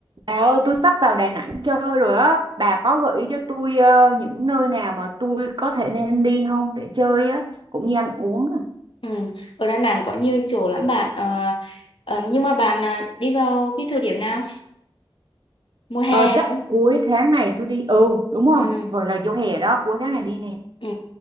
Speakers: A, on the right; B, on the left.
A: Bà ơi, tôi sắp vào Đà Nẵng chơi rồi á. Bà có gợi ý cho tôi ờ, những nơi nào mà tôi có thể nên đi không để chơi á, cũng như ăn uống à.
B: Ừ. Ở Đà Nẵng có nhiều chỗ lắm bạn Ờ, ờ, nhưng mà bạn à, đi vào cái thời điểm nào mùa hè
A: Ờ, chắc
B: phải không
A: cuối tháng này tôi đi. Ừ, đúng rồi,
B: ừ.
A: vừa là vô hè đó, cuối tháng này đi nè.
B: Ừ.